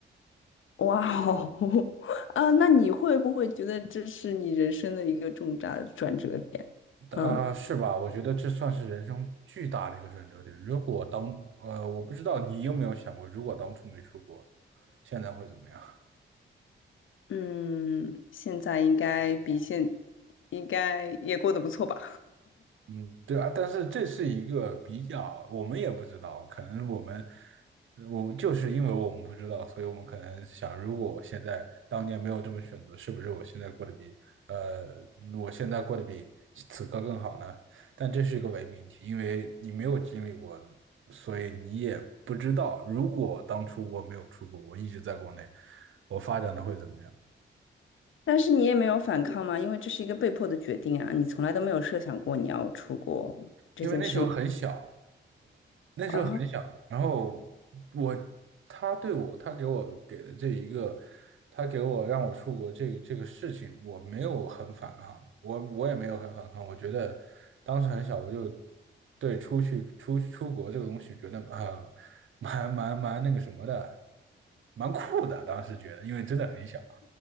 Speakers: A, on the left; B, on the right.
A: 哇哦，<laughs> 啊，那你会不会觉得这是你人生的一个重大的转折点？嗯
B: 啊、是吧？我觉得这算是人生巨大的一个转折点。如果当呃，我不知道你有没有想过，如果当初没出国，现在会怎么样？
A: 嗯，现在应该比现应该也过得不错吧？
B: 嗯，对啊，但是这是一个比较，我们也不知道，可能我们，我们就是因为我们不知道，所以我们可能想，如果我现在当年没有这么选择，是不是我现在过得比，呃，我现在过得比此刻更好呢？但这是一个伪命题，因为你没有经历过，所以你也不知道，如果当初我没有出国，我一直在国内，我发展的会怎么样？
A: 但是你也没有反抗吗？因为这是一个被迫的决定啊，你从来都没有设想过你要出国这件事吗？
B: 因为那时候很小，那时候很小，
A: 哦
B: 然后我他对我他给我给的这一个，他给我让我出国这这个事情，我没有很反抗，我我也没有很反抗，我觉得当时很小，我就对出去出出国这个东西觉得啊、呃蛮蛮蛮那个什么的，蛮酷的，当时觉得，因为真的很小。